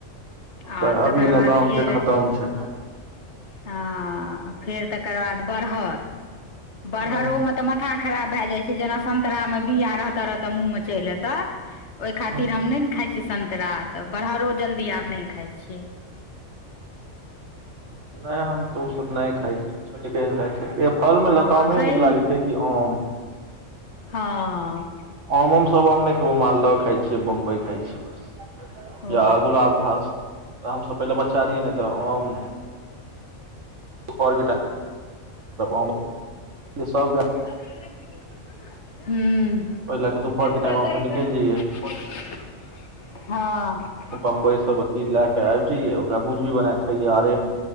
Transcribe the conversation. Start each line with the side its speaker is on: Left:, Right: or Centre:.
Left: आ
Right: तऽ
Left: तकर
Right: अभी लताम
Left: बाद फेर
Right: के खतम छै
Left: हँ फेर तकर बाद बरहर
Right: हँ
Left: बरहरो में तऽ माथा खराब भए जाइ छै जेना संतरा मे बिया रह तरह त मुँह में चलि एतऽ ओहि खातिर
Right: हँ
Left: हम नहि ने खाइ सन्तरा तऽ बरहरो जल्दी आब नहि खाइ छियै
Right: नहि हम तऽ ओसभ नहि खाइ छीयै किछो नीके ने लागैत छै फल मे
Left: हँ
Right: लतमे
Left: सही
Right: नीक लागै छै की आम
Left: हँ
Right: आम उम सब हम नहि खेबो मालदह खाइ छियै बम्बई खाय छियै बस
Left: ओ
Right: या गुलाब घास तऽ हमसभ पहिले बच्चा रहियै नहि तऽ आम रके <inaudible> जे सब गा
Left: द <inaudible> हूँ
Right: ओहि लए
Left: <unintelligible>
Right: कऽ दुपहरके टाइम हमसभ निकलि
Left: डल
Right: जइयै
Left: त हँ
Right: बंबई सब अथी लए के आबि जइया ओकरा भुजबि भी बना के खाइया आरे